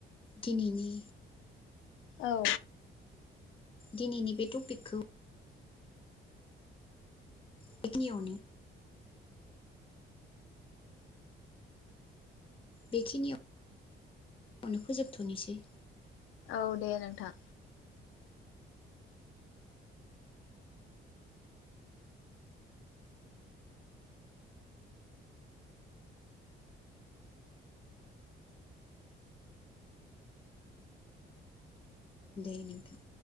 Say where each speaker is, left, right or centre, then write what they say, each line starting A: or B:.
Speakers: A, on the left; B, on the left.
A: दिनैनि
B: औ।
A: दिनैनि बे टपिकखौ बेखिनियावनो बेखिनियावनो फोजोबथ'निसै।
B: औ दे नोंथां।
A: दे नोंथां।